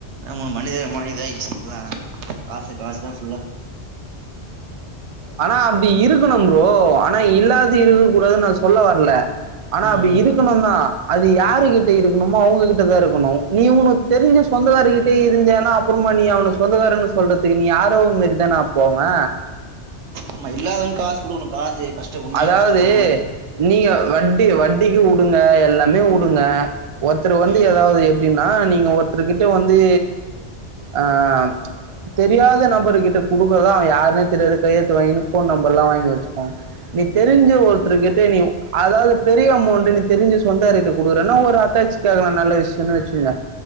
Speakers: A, on the right; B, on the right.
A: ஆமா மனித மனோ இதாயிடிச்சி காசு காசு தா ஃபுல்லா
B: ஆனா அப்டி இருக்கணு ப்ரோ ஆனா இல்லாது இருக்க கூடாதுன்னு நா சொல்ல வரல ஆனா
A: ம்
B: அப்டி
A: ம்
B: இருக்கணு தா அது யாரு கிட்ட இருக்கணுமோ அவுங்ககிட்ட தா இருக்கணு நீ உனக் தெரிஞ்ச சொந்தகாரங்ககிட்ட இருந்தயின்னா அப்றோ இப்ப நீ அவன சொந்தக்காரன்னு சொல்றதுக்கு நீ யாரோ ஒரு மாறி தான அப்போ அவ
A: ஆமா இல்லாதவனுக்கு காசு குடுக்கணு காசு கஷ்ட உண்மையா
B: அதாவது
A: கஷ்டப்படுறவங்களுக்கு
B: நீங்க வட் நீங்க வட்டிக்கு உடுங்க எல்லாமே உடுங்க ஒருத்தர வந்து
A: ம்
B: ஏதாவது எப்டின்னா நீங்க ஒருத்தரு கிட் வந்து அஹ் தெரியாத நபர் கிட்ட குடுக்கதா அவ யாருனே தெரியாது கையெழுத்து வாங்கினு ஃபோன் நம்பர் எல்லா வாங்கி வச்சுப்போ நீ தெரிஞ்ச ஒருத்தரு கிட்ட நீ அதாவது பெரிய அமௌண்ட்ன்னு தெரிஞ்சி சொந்தாரட்ட குடுக்குறனா ஒரு அத்தாச்சி கேக்கலா நல்ல விஷயம்ன்னு வச்சுக்குங்க